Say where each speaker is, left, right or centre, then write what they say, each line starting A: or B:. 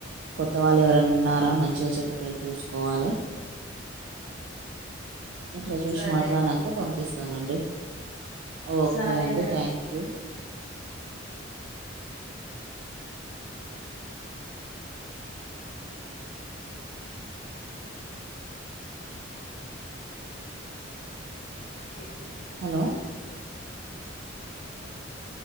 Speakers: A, on the right (about 65°); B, on the right (about 85°).
A: కొత్త వాళ్ళు ఎవర ఉన్నారా మంచిగా చెప్పేటోళ్ళు చూసుకోవాలి అట్లా చూసి
B: సరే
A: మాట్లాడినంక
B: అండి
A: పంపిస్తానండి ఓకే
B: సరేనండి
A: అండి థ్యాంక్యూ
B: స
A: హలో